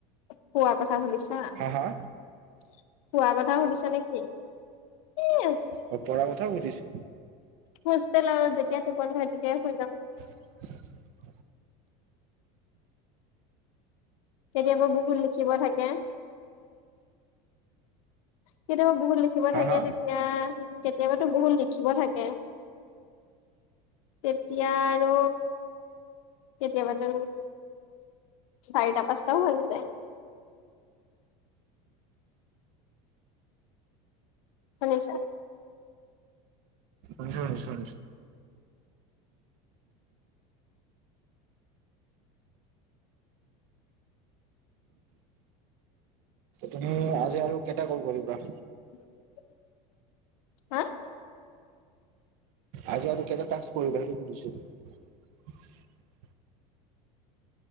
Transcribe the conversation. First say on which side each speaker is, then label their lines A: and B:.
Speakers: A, on the left (about 85°); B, on the right (about 50°).
A: শুৱা কথা সুধিছা
B: হা হা
A: শুৱা কথা সুধিছা নেকি? <unintelligible>
B: অ পঢ়াৰ কথাও সুধিছো।
A: হোষ্টেলত যেতিয়া টোপনি হয় তেতিয়াই শুই যাম।
B: <unintelligible>
A: কেতিয়াবা বুকু লিখিব থাকে। কেতিয়াবা বহুত লিখিব
B: হা
A: থাকে
B: হা
A: তেতিয়া কেতিয়াবা টো বহুত দেখিব থাকে তেতিয়া আৰু কেতিয়াবাতো চাৰিটা পাঁচটাও হৈ যায়। শুনিছা।
B: নিশয় নিশ্চয় নিশ্চয়। তুমি আজি আৰু কেইটা কল কৰিবা?
A: উম। হা।
B: আজি আৰু কেইটা তাস্ক কৰিবা সেইটো সুধিছো।